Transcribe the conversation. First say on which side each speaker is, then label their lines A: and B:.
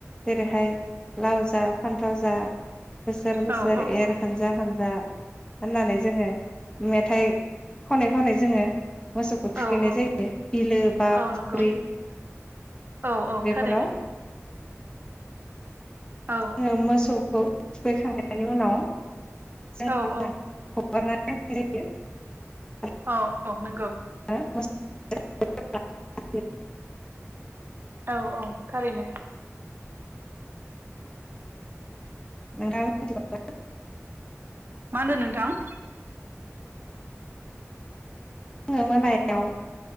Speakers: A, on the left; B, on the right.
A: जेरैहाय लाव जा फान्थाव जा बोसोर बोसोर
B: औ
A: एर
B: औ
A: हानजा हानजा होननानै जोङो मे मेथाइ खनै खनै जोङो मोसौ बेनो‌
B: औ औ
A: जाहैदो बिलो बा
B: औ
A: फुख्रि
B: नंगौ औ औ
A: बेफोराव
B: थारैनो औ
A: जोङो मोसौखौ थुखैखांनायनि उनाव जों
B: औ औ
A: <unintelligible>
B: औ औ नंगौ।
A: <unintelligible>
B: औ औ थारैनो।
A: नोंथां मोनथि <unintelligible>
B: मा होनदो नोंथां?
A: फुङाव मोनायाव